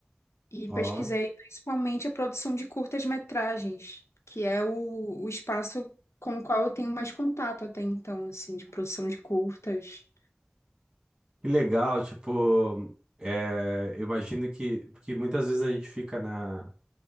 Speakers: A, on the left; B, on the right.
A: e
B: Ó,
A: pesquisei principalmente a produção de curtas-metragens, que é o, o espaço com o qual eu tenho mais contato até então, assim, de produção de curtas.
B: que legal, tipo, é, eu imagino que, porque muitas vezes a gente fica na,